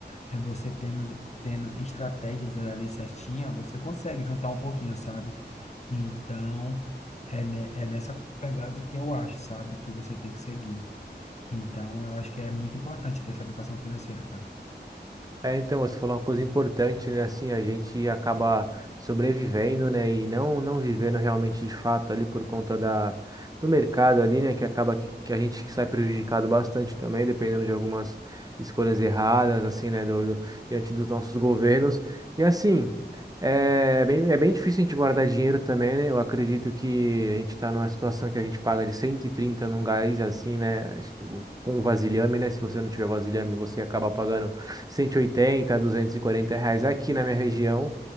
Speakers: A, on the left (about 40°); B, on the right (about 20°).
A: é você tendo tendo estratégias ali certinha, você consegue juntar um pouquinho, sabe? Então, é, ne- é nessa pegada que eu acho, sabe, que você tem que seguir. Então, eu acho que é muito importante ter essa educação financeira, cara.
B: É, então, você falou uma coisa importante, né? Assim, a gente acaba sobrevivendo, né? E não, não vivendo realmente de fato ali por conta da, do mercado ali, né? Que acaba que, que a gente sai prejudicado bastante também, dependendo de algumas escolhas erradas, assim, né? Do, do- diante dos nossos governos. E assim, é bem, é bem difícil a gente guardar dinheiro também, né? Eu acredito que a gente está numa situação que a gente paga de 130 num gás, assim, né? Com vasilhame, né? Se você não tiver vasilhame, você acaba pagando cento e oitenta, duzentos e quarenta reais aqui na minha região.